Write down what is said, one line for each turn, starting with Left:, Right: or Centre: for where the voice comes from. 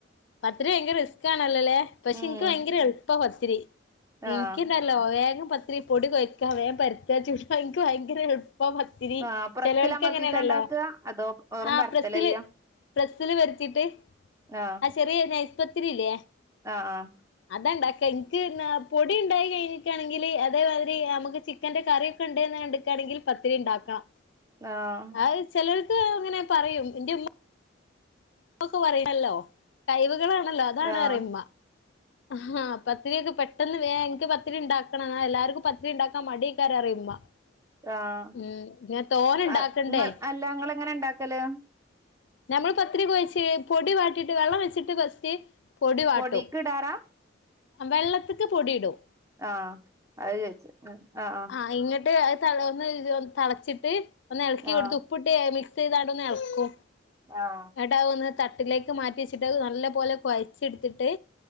Left: പത്തിരി ഭയങ്കര റിസ്ക്ണല്ലോല്ലേ പക്ഷെ
Right: ഉം
Left: എനിക്ക് ഭയങ്കര എളുപ്പാ പത്തിരി എനിക്ക്
Right: ആഹ്
Left: എന്ത ല്ലോ വേഗം പത്തി രി പൊടി കൊഴയ്ക്ക വേൻ പരത്താ ചൂടാ എക്ക് ഭയങ്കര എളുപ്പം ത്തി രി
Right: ആഹ് പ്രസ്സിലമർത്തിട്ടാ
Left: ചെലല്ക്ക് എങ്ങനെയാണല്ലോ
Right: ഇണ്ടാക്ക അതോ വെറും
Left: ആഹ
Right: പരത്തലാ
Left: പ്രസില്
Right: ചെയ്യാ
Left: ബ്രസ്സില് വരുത്തിട്ട്
Right: ആഹ്
Left: ആ ചെറിയനൈ സ്പത്രി ഇല്ലേ
Right: ആഹ്
Left: അതാണ്ടാക്ക എനിക്ക് പൊടി ഉണ്ടായി കഴിഞ്ഞിട്ടാണെങ്കിൽ അതേമാതിരി നമുക്ക് ചിക്കന്റെ കറിക്കെ ഉണ്ട്ന്ന് കണ്ടാക്കാണെങ്കിൽ പത്തിരി ഉണ്ടാക്കാം
Right: ആഹ്
Left: അത് ചിലർക്ക് അങ്ങനെ പറയും എൻ്റെ ഉമ്മക്കെ പറയല്ലോ കഴിവുകൾ ആണല്ലോ അതാണന്ന്
Right: ആഹ്
Left: പറയും ഉമ്മ ആഹ് പത്തിരിയൊക്കെ പെട്ട പെട്ടെന്ന് വേ എനിക്ക് പത്തിരി ഉണ്ടാക്കണം എല്ലാവർക്കും പത്തിരി ഉണ്ടാക്കാൻ മടിയക്കാരാ എന്ന് പറയും ഉമ്മ
Right: ആഹ്
Left: ഉം ഞാൻ തോന ഉണ്ടാക്കണ്ടേ
Right: ആഹ് ഇങ്ങൾ അല്ല നിങ്ങള് എങ്ങനെയാ ഉണ്ടാക്കല്
Left: ഞമ്മൾ പത്രി കൊഴച്ച് പൊടി വാട്ടിട്ട് വെള്ളം വെച്ചിട്ട് ഫസ്റ്റ് പൊടി വാട്ടും
Right: പൊടീക്ക് ഇടാറാ
Left: വെള്ളത്തിക്ക് പൊടി ഇടും
Right: ആഹ് അതാ ചേദിച്ച ആഹ് ആഹ്
Left: ആഹ് ഇങ്ങിട്ട് ഒന്ന് ത തിളച്ചിട്ട് ഒന്ന് ഇളക്കിവിടുത്ത്
Right: ആഹ്
Left: ഉപ്പിട്ട് മിക്സ് ചെയ്തു കൊണ്ട് ഒന്ന് ഇളക്കും
Right: ആഹ്
Left: എന്നിട്ട് അത് ഒന്ന് തട്ടിലേക്ക് മാറ്റി വെച്ചിട്ട് അത് നല്ല പോലെ കുഴച്ചെടുത്തിട്ട്